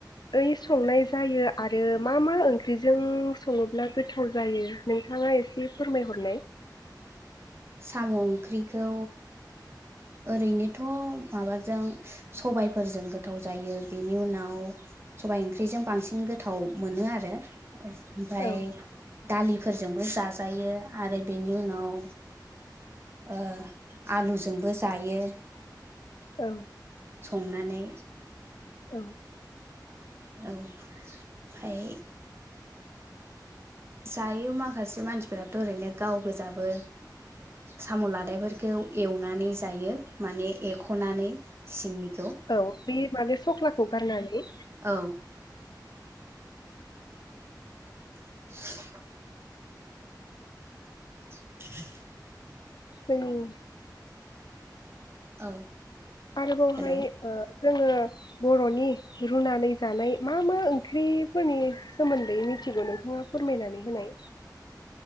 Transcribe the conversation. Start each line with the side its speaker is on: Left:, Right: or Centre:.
Left: ओइ संनाय जायो आरो मा मा ओंख्रिजों सङोब्ला गोथाव जायो नोंथाङा एसे फोरमायहरनाय।
Right: साम' ओंख्रिखौ ओरैनोथ' माबाजों सबायफोरजों गोथाव जायो बेनि उनाव सबाय ओंख्रिजों बांसिन गोथाव मोनो आरो। ओ ओमफ्राय
Left: औ
Right: दालि फोरजोंबो जाजायो आरो बेनि उनाव ओ आलुजोंबो जायो।
Left: औ
Right: संनानै।
Left: औ
Right: औ ओमफाय जायो माखासे मानसिफोराथ' ओरैनो गाव गोजाबो साम' लादायफोरखौ एवनानै जायो माने एख'नानै सिंनि
Left: औ बे माने सख्लाखौ गारनानै।
Right: औ <unintelligible> <unintelligible>
Left: जोंनि
Right: औ।
Left: आरोबावहाय
Right: हेल'
Left: ओ जोङो बर'नि रुनानै जानाय मा मा ओंख्रिफोरनि सोमोन्दै मिथिगौ नोंथाङा फोरमायनानै होनाय।